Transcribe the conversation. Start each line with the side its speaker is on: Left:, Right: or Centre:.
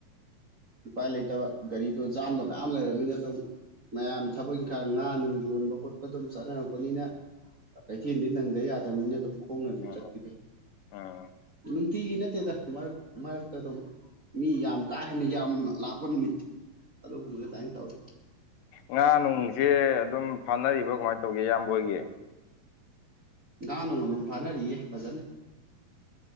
Right: ꯎꯄꯥꯏ ꯂꯩꯇꯕ ꯒꯥꯔꯤꯗꯣ ꯆꯥꯝꯗ ꯃꯌꯥꯝ ꯂꯩꯔꯝꯃꯤꯅ ꯑꯗꯨꯕꯨ ꯃꯌꯥꯝ ꯊꯕꯛ ꯏꯪꯈꯥꯡ ꯉꯥ ꯅꯨꯡ ꯌꯣꯟꯕ ꯈꯣꯠꯄ ꯑꯗꯨꯝ ꯆꯠꯅꯔꯛꯄꯅꯤꯅ ꯀꯩꯊꯦꯜꯗꯤ ꯅꯪꯗ ꯌꯥꯗꯅꯤꯅ ꯑꯗꯨꯝ ꯈꯣꯡꯅ ꯑꯗꯨꯝ
Left: ꯎꯝ
Right: ꯆꯠꯄꯤꯗꯣ
Left: ꯎꯝ
Right: ꯅꯨꯡꯇꯤꯒꯤ ꯅꯠꯇꯦꯗ ꯃꯔꯛ ꯃꯔꯛꯇ ꯑꯗꯨꯝ ꯃꯤ ꯌꯥꯝ ꯀꯥ ꯍꯦ ꯑꯩꯅ ꯌꯥꯝꯅ ꯂꯥꯛꯄ ꯅꯨꯃꯤꯠꯇ ꯑꯗꯨꯒꯨꯝꯕꯗꯨ ꯑꯗꯨꯃꯥꯏꯅ ꯇꯧꯋꯤ
Left: ꯉꯥ ꯅꯨꯡꯁꯦ ꯑꯗꯨꯝ ꯐꯥꯅꯔꯤꯕ ꯀꯃꯥꯏꯅ ꯇꯧꯒꯦ ꯏꯌꯥꯝꯕ ꯍꯣꯏꯒꯤ
Right: ꯉꯥ ꯅꯨꯡ ꯑꯗꯨꯝ ꯐꯥꯅꯔꯤꯌꯦ ꯐꯖꯅ